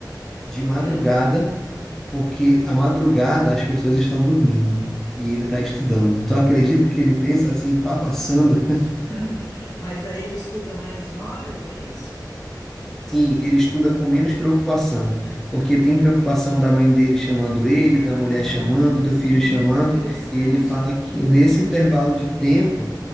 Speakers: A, in the centre; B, on the left.
A: de
B: Por
A: madrugada,
B: quê?
A: porque à madrugada as pessoas estão dormindo e ele está estudando. Tu acredita
B: Uhum.
A: que ele pensa assim, tá passando?
B: <laughs> Mas aí ele estuda mais horas, é isso?
A: Sim, ele estuda com menos preocupação,
B: Ah,
A: porque tem preocupação
B: entendi.
A: da mãe dele chamando ele,
B: Ah,
A: da mulher chamando, do
B: é,
A: filho
B: hum,
A: chamando,
B: interessante,
A: e ele fala
B: interessante.
A: que nesse intervalo de tempo